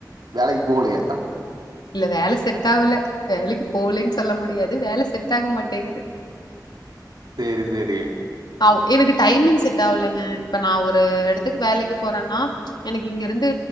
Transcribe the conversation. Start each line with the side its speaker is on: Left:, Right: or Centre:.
Right: வேலைக்கு போகலியா
Left: இல்ல வேல செட் ஆவல வேலைக்கு போலென் சொல்ல முடியாது வேல செட் ஆக மாட்டேங்கிது
Right: சேரி சேரி
Left: ஆவ் எனக்கு டைமிங் செட் ஆவலங்க இப்ப நா ஒரு எடத்துக்கு வேலைக்கு போறேன்னா எனக்கு இங்க இருந்து